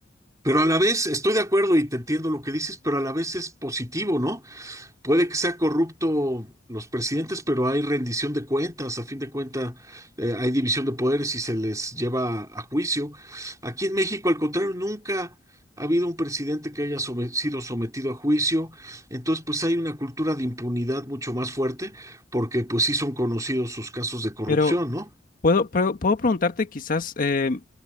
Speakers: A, on the right (about 20°); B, on the left (about 50°).
A: Pero a la vez estoy de acuerdo y te entiendo lo que dices, pero a la vez es positivo, ¿no? Puede que sea corrupto los presidentes, pero hay rendición de cuentas. A fin de cuentas, eh, hay división de poderes y se les lleva a juicio. Aquí en México, al contrario, nunca ha habido un presidente que haya some- sido sometido a juicio. Entonces, pues hay una cultura de impunidad mucho más fuerte, porque pues sí son conocidos sus casos de corrupción,
B: Pero
A: ¿no?
B: Puedo, pero puedo preguntarte quizás eh,